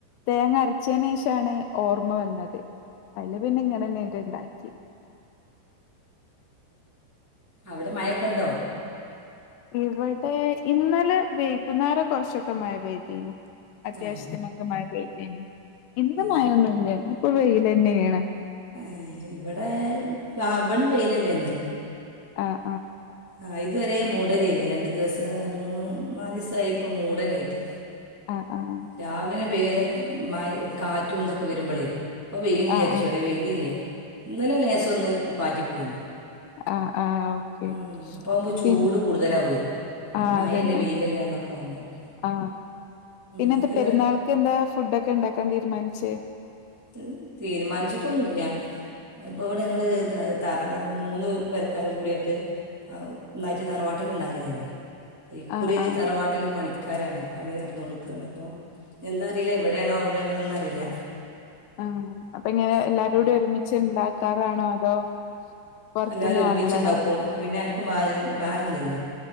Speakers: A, on the left (about 80°); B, on the right (about 20°).
A: തേങ്ങ അരച്ചേനേഷാണ് ഓർമ്മ വന്നത് അതില് പിന്നെ ഇങ്ങനെ എണീട്ടുണ്ടാക്കി ച്
B: അവിടെ മയക്കുണ്ടോ
A: ഇവിടെ ഇന്നലെ വൈകുന്നേര കുറച്ചൊക്കെ മഴ പെയ്തീനി അത്യാവശ്യത്തിനൊക്കെ
B: ഏ
A: മഴ പെയ് ഇന്നു മയൊന്നുമില്ല
B: ഏ
A: ഇന്നിപ്പൊ വെയിലന്നെയാണ്
B: ഏ ഇവിടെ പാമ്പടി വെയിലന്നെന്ന്
A: അ
B: ആ ഇതുവരെ മൂട് ടല്ലേനി രണ്ടു ദിവസം രണ്ട് മൂന്ന് നാല് ദിവസമായി പ്പ മൂടലായിട്ട്
A: ആഹ് ആഹ്
B: രാവിലെന്നെ പെയ്യല്ലേ മയ കാറ്റും ഇതൊക്കെ വരുമ്പളേ പ്പോ പെയ്യും വിചാരിച്ചൂ
A: ആഹ്
B: വ്ടെ പെയ്തില്ല ഇന്നലെ ലേസം ഒന്ന് പാറ്റി പോയിനി
A: ആ ആ ഓക്കെ
B: ഉം, അപ്പോൾ ആകുമ്പോൾ ചൂട്
A: പിൻ
B: കൂടുതലാവുമേ
A: ആ
B: ഈ മഴയല്ലേ
A: അതന്നെ
B: <unintelligible>
A: ആ പിന്നെ
B: എനിക്ക്
A: എന്താ പെരുന്നാൾക്ക് എന്താ ഫുഡ് ഒക്കെ ഉണ്ടാക്കാൻ തീരുമാനി ച്ചെ
B: ത് തീരുമാനിച്ചിട്ടൊന്നുമില്ല അതിപ്പോൾ ഇവിടെ ഞങ്ങള്
A: ഉം
B: തറാ മൂന്ന് പെരക്കാരും കൂടിയായിട്ട് ഒന്നായിട്ട് തറവാട്ടില് ഇണ്ടാക്കാലെ ഇക്കുറി
A: ആഹ് ആഹ്
B: തറവാട്ടിൽ പണി ആൾക്കാരാണ് പണി നടന്നോണ്ടിക്കാണ് അപ്പൊ ഇതെന്താറിയില്ല ഇവിടെയാണോ അവിടെയാണോ ഒന്നു അറിയില്ല
A: ആ അപ്പൊ പിന്നെ എല്ലാരൂടെ ഒരുമി സിംബാക്കാറാണോ അതോ പുറത്തുന്ന്
B: എല്ലാരും ഒരുമിച്ച്
A: വാങ്ങലാണോ
B: ഇണ്ടാക്കും അപ്പപിന്നെ ആർ ഇപ്പൊ ബാര് ബാറില്ലല്ലോ